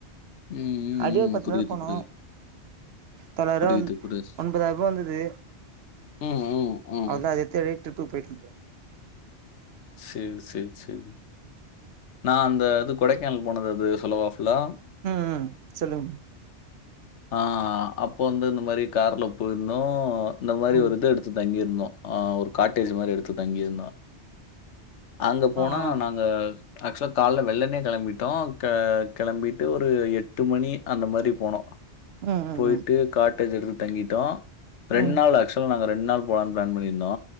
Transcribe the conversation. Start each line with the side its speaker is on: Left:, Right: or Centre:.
Left: ம், ம்,
Right: அப்டியே ஒரு பத்து
Left: ம். புரியுது,
Right: நாள் போனோ
Left: புரியுது.
Right: தொள்ளாயிருவா
Left: புரியுது, புரியுது.
Right: ஒன்பதாயி ருவா வந்தது
Left: ம், ம், ம்.
Right: அத்தா அத தேடி ட்ரிப்பு போய்ட்டு வந்தொ
Left: சேல் சேல் சேல் நா அந்த இது கொடைக்கானல் போனது அது சொல்லவா ஃபுல்லா
Right: ம் ம் சொல்லுங்க
Left: ஆ அப்போ வந்து இந்த மாரி கார்ல போயிர்ந்தோ இந்த மாரி
Right: ம்
Left: ஒரு இது எடுத்து தங்கிர்ந்தோ ஆ ஒரு காட்டேஜ் மாரி எடுத்து தங்கியிருந்தோ அங்க போனா
Right: ஆ ஆ
Left: நாங்க ஆக்சுவலா கால்ல வெள்ளனே கெளம்பிட்டோ கெளம்பிட்டு ஒரு எட்டு மணி அந்த மாரி போனோ
Right: ம் ம்
Left: போயிட்டு
Right: ம்
Left: காட்டேஜ் எடுத்து தங்கிட்டோ ரெண்
Right: ம்
Left: நாள் அக்ச் மொதல்ல நாங்க ரெண் நாள் போலான்னு பிளான் பண்ணிருந்தோ